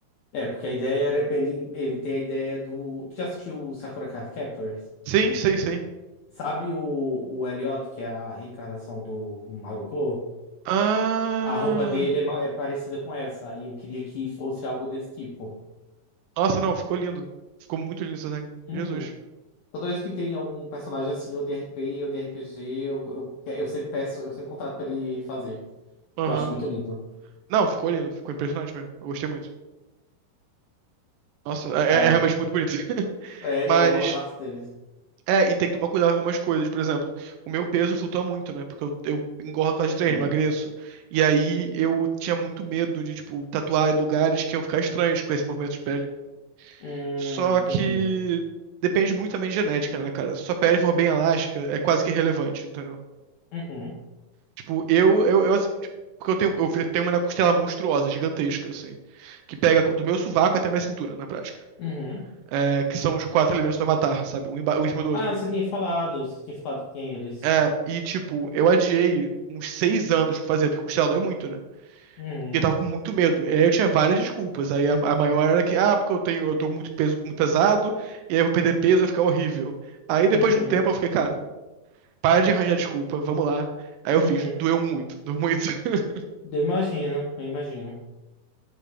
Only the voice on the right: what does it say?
Sim, sim, sim.
Ah.
Nossa, não, ficou lindo. Ficou muito lindo esse desenho.
Jesus.
Aham.
Não, ficou lindo. Ficou impressionante mesmo. Eu gostei muito. Nossa, é,
é realmente muito bonito. <laughs>
Mas.
É, e tem que tomar cuidado com algumas coisas. Por exemplo, o meu peso flutua muito, né? Porque eu, eu engordo por causa de
treino, emagreço. E aí eu tinha muito medo de, tipo, tatuar em lugares que iam ficar estranhos com esse movimento de pele.
Só que
depende muito também de genética, né, cara? Se sua pele for bem elástica, é quase que irrelevante, entendeu?
Tipo, eu, eu, eu, assim, porque eu tenho, eu fe- tenho uma costela monstruosa, gigantesca, assim, que pega do meu sovaco até minha cintura, na prática.
É, que são os quatro elementos do Avatar, sabe? Um, emba- um em cima do
outro.
É, e tipo, eu adiei uns seis anos pra fazer, porque costela dói muito, né?
E eu tava com muito medo. E aí eu tinha várias desculpas. Aí a, a maior era que, ah, porque eu tenho, eu tô muito, peso, muito pesado, e aí eu vou perder peso, vai ficar horrível. Aí depois
de um tempo eu fiquei, cara, para de arranjar desculpa, vamos lá. Aí eu
fiz, doeu muito, doeu muito. <laughs>